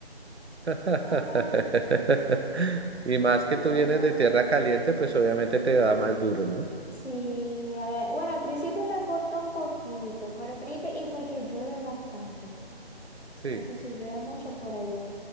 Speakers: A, on the right; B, on the left.
A: <laughs>
B: Ay,
A: Y más
B: qué
A: que tú
B: bueno.
A: vienes de tierra caliente, pues obviamente te da más duro, ¿no?
B: Sí, a ver, bueno, al principio me costó un poquito, pero fíjate, y porque llueve bastante.
A: Sí,
B: Eso sí, llueve mucho por allá.